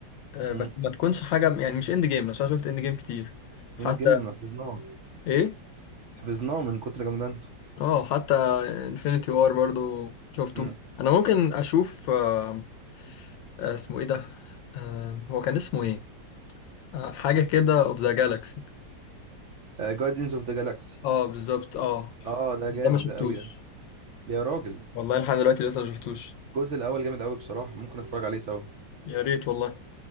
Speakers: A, on the left; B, on the right.
A: بس
B: امم
A: ما تكونش حاجة يعني مش اند جيم عشان شفت اند جيم كتير حتى
B: اند جيم حفظناه
A: ايه؟
B: حفظناه من كتر جامدانته
A: اه حتى انفينيتي وار برضو شفته
B: امم
A: انا ممكن اشوف آه، آه، اسمه ايه ده آه، هو كان اسمه ايه آه، حاجه كده اوف ذا جالاكسي
B: جاردينز اوف ذا جالاكسي
A: اه بالظبط اه
B: اه ده
A: ده
B: جامد
A: ما شفتوش
B: ده قوي ده يا راجل
A: والله لحد دلوقتي لسه ما شفتوش
B: الجزء الاول جامد قوي بصراحه ممكن نتفرج عليه سوا
A: يا ريت والله